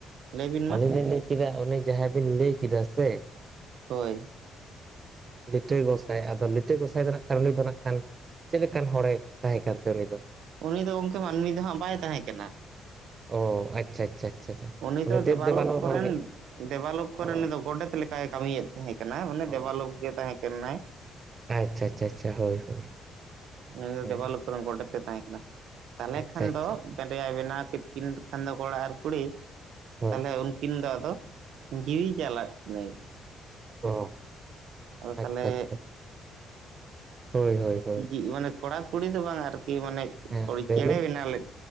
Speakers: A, on the right; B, on the right.
A: ᱞᱟᱹᱭ ᱵᱤᱱ ᱢᱟ
B: ᱟᱹᱞᱤᱧ ᱞᱤᱧ ᱞᱟᱹᱭ ᱠᱮᱫᱟ ᱩᱱᱤ ᱡᱟᱦᱟᱸᱭ ᱵᱤᱱ ᱞᱟᱹᱭ ᱠᱮᱫᱟ ᱥᱮ
A: ᱦᱳᱭ
B: ᱞᱤᱴᱟᱹ ᱜᱚᱸᱥᱟᱭ ᱟᱫᱚ ᱞᱤᱴᱟᱹ ᱜᱚᱸᱥᱟᱭ ᱫᱚ ᱱᱟᱜ ᱠᱷᱟᱱ ᱩᱱᱤ ᱫᱚ ᱱᱟᱜ ᱠᱷᱟᱱ, ᱪᱮᱫ ᱞᱮᱠᱟᱱ ᱦᱚᱲᱮ ᱛᱟᱦᱮᱸ ᱠᱟᱱ ᱛᱟᱦᱮ ᱠᱟᱱ ᱛᱮ ᱩᱱᱤ ᱫᱚ
A: ᱩᱱᱤ ᱫᱚ ᱜᱚᱢᱠᱮ ᱢᱟᱹᱱᱢᱤ ᱫᱚᱦᱟᱸᱜ ᱵᱟᱭ ᱛᱟᱦᱮᱸ ᱠᱟᱱᱟ᱾
B: ᱚ ᱟᱪᱪᱷᱟ ᱟᱪᱪᱷᱟ ᱟᱪᱪᱷᱟ ᱟᱪᱪᱷᱟ
A: ᱩᱱᱤ ᱫᱚ
B: ᱫᱮᱵ
A: ᱫᱮᱵᱟᱞᱳᱠ
B: ᱫᱮᱵᱟᱞᱳ
A: ᱠᱚᱨᱮᱱ
B: ᱦᱚᱲ ᱜᱮ
A: ᱫᱮᱵᱟᱞᱳᱠ ᱠᱚᱨᱮᱱ
B: ᱚ
A: ᱩᱱᱤ ᱫᱚ ᱜᱚᱰᱮᱛ ᱞᱮᱠᱟᱭ ᱠᱟᱹᱢᱤᱭᱮᱫ ᱛᱟᱦᱮᱸ ᱠᱟᱱᱟ ᱢᱟᱱᱮ
B: ᱚ
A: ᱫᱮᱵᱟᱞᱳᱠ ᱜᱮ ᱛᱟᱦᱮᱸ ᱠᱟᱱᱟᱭ
B: ᱟᱪᱪᱷᱟ ᱟᱪᱪᱷᱟ ᱟᱪᱪᱷᱟ ᱦᱳᱭ ᱦᱳᱭ
A: ᱩᱱᱤ ᱫᱚ
B: ᱦᱮᱸ
A: ᱫᱮᱵᱟᱞᱳᱠ ᱠᱚᱨᱮᱱ ᱜᱚᱰᱮᱛ ᱛᱮ ᱛᱟᱦᱮᱸ ᱠᱟᱱᱟ ᱛᱟᱦᱚᱞᱮ
B: ᱟᱪᱪᱷᱟ
A: ᱠᱷᱟᱱ
B: ᱟᱪᱪᱷᱟ
A: ᱫᱚ ᱠᱟᱫᱮᱭᱟ ᱵᱮᱱᱟᱣ ᱠᱮᱫ ᱠᱤᱱ ᱠᱷᱟᱱ ᱫᱚ ᱠᱚᱲᱟ ᱟᱨ ᱠᱩᱲᱤ
B: ᱦᱚᱸ
A: ᱛᱟᱦᱚᱞᱮ ᱩᱱᱠᱤᱱ ᱫᱚ ᱟᱫᱚ ᱡᱤᱭᱤ ᱪᱟᱞᱟ ᱠᱤᱱᱟᱭ
B: ᱚ
A: ᱟᱫᱚ ᱛᱟᱦᱚᱞᱮ
B: ᱟᱪᱪᱷᱟ ᱟᱪᱪᱷᱟ ᱟᱪᱪᱷᱟ ᱦᱳᱭ ᱦᱳᱭ ᱦᱳᱭ
A: ᱡᱤ ᱢᱟᱱᱮ ᱠᱚᱲᱟ ᱠᱩᱲᱤ ᱫᱚ ᱵᱟᱝ ᱟᱨᱠᱤ ᱢᱟᱱᱮ
B: ᱦᱮᱸ ᱞᱟᱹᱭ
A: ᱪᱮᱬᱮ
B: ᱵᱤᱱ
A: ᱵᱮᱱᱟᱣ ᱞᱮ